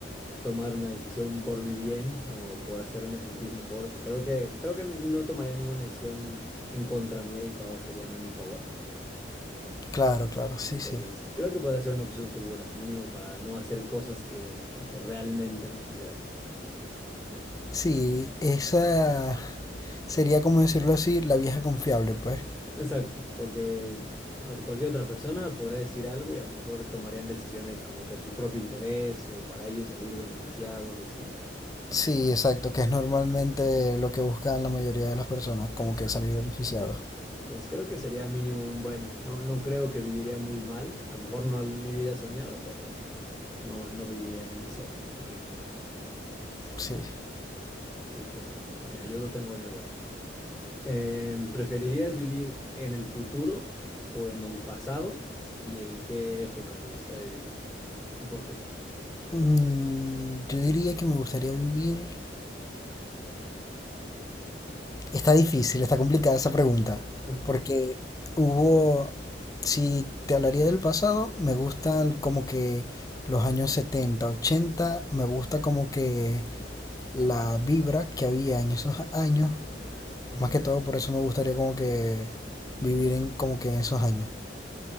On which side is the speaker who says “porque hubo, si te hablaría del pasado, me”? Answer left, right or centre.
Left